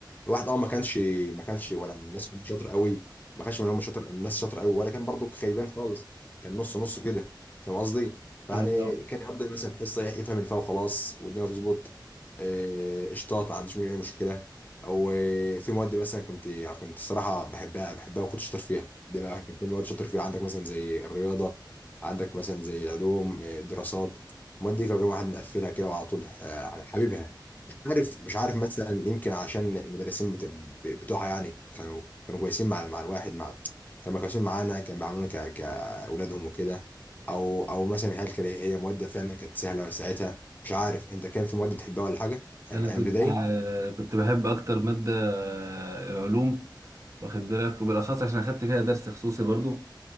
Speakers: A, on the left; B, on the right.
A: الواحد اه ما كانش ما كانش ولا من الناس اللي شاطر قوي ما كانش من هم شاطر الناس شاطر قوي ولا كان برضو خيبان خالص كان نص نص كده فاهم قصدي فيعني
B: اه
A: كان يقضي مثلا حصه يفهم الفا وخلاص والدنيا تظبط آه، قشطات ما عنديش اي مشكله او آه، في مواد مثلا كنت كنت صراحه بحبها بحبها وكنت شاطر فيها دي بقى كان في مواد شاطر فيها عندك مثلا زي الرياضه عندك مثلا زي العلوم آه، الدراسات المواد دي لو كان واحد مقفلها كده وعلى طول آه، يعني حبيبها مش عارف مش عارف مثلا يمكن عشان المدرسين بت- ب- بتوعها يعني كانوا كانوا كويسين مع مع الواحد مع كانوا كويسين معانا كانوا بيعاملونا ك كأولادهم وكده او او مثلا هل كان هي مواد فعلا كانت سهله ساعتها مش عارف انت كان في مواد بتحبها ولا حاجه ايام
B: انا
A: أيام
B: كنت
A: ابتدائي؟
B: آه، كنت بحب اكتر ماده آه، العلوم واخد بالك وبالاخص عشان اخدت فيها درس خصوصي برضو